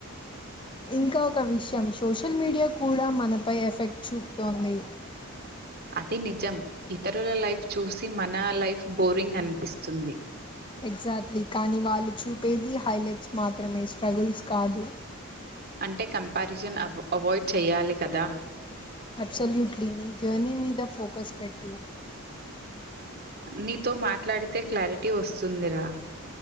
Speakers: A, on the left; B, on the right.
A: ఇంకా ఒక విషయం సోషల్ మీడియా కూడా మనపై ఎఫెక్ట్ చూపుతోంది
B: అది నిజం ఇతరుల లైఫ్ చూసి మన లైఫ్ బోరింగ్ అనిపిస్తుంది
A: ఎగ్జాక్ట్లీ కానీ వాళ్ళు చూపేది హైలైట్స్ మాత్రమే స్ట్రగుల్స్ కాదు
B: అంటే కంపారిజన్ అవ్ అవాయిడ్ చెయ్యాలి కదా
A: అబ్సల్యూట్లీ నీ జర్నీ మీద ఫోకస్ పెట్టు
B: నీతో మాట్లాడితే క్లారిటీ వస్తుందిరా